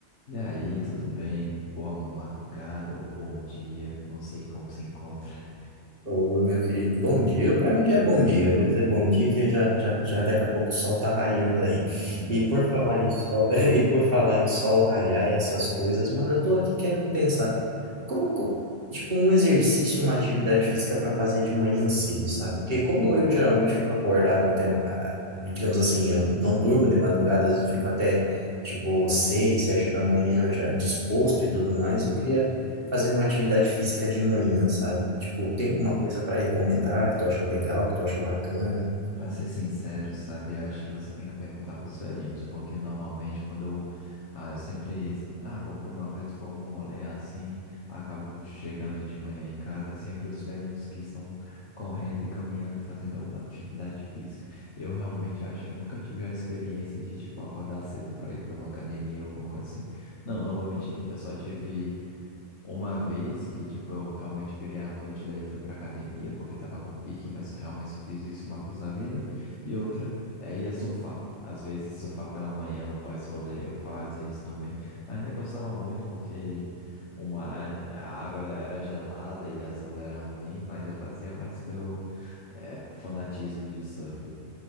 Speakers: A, on the left; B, on the right.
A: E aí, tudo bem? Boa madrugada ou bom dia, não sei como se encontra.
B: Ô, meu querido, bom dia. Para mim já é bom dia. Eu vou dizer bom dia que já, já, já daqui a pouco o sol tá raiando aí.
A: Né,
B: E
A: Exatamente.
B: por falar em sol, <laughs> e por falar em sol raiar e essas coisas, mano, eu tô aqui querendo pensar. Como, co- tipo, um exercício, uma atividade física para fazer de manhã cedo, sabe? Porque como eu geralmente fico acordado até, ma- ah, digamos assim, eu não durmo de madrugada, às vezes eu fico até, tipo, seis, sete da manhã já disposto e tudo mais, eu queria fazer uma atividade física de manhã, sabe? Tipo,
A: Uhum.
B: tem alguma coisa para recomendar que tu acha legal, que tu acha bacana?
A: Pra ser sincero, sabe, eu acho que você tem que perguntar pros velhinhos, porque normalmente quando eu, ah, eu sempre, ah, vou pra uma festa, vou pra um rolê assim, acabo chegando de manhã em casa, é sempre os velhinhos que estão correndo e caminhando e fazendo alguma atividade física. Eu realmente acho que eu nunca tive a experiência de, tipo, acordar cedo pra ir pra uma academia ou alguma coisa assim. Não, não vou mentir, eu só tive uma vez que, tipo, eu realmente virei à noite, daí eu fui pra academia porque tava com pique, mas realmente só fiz isso uma vez na vida. E outra é ia surfar. Às vezes surfar pela manhã, o pai solê, eu fazia isso também. Mas nem gostava muito porque uma, a água era gelada e as ondas eram ruins, mas eu fazia mais pelo eh, fanatismo de surf.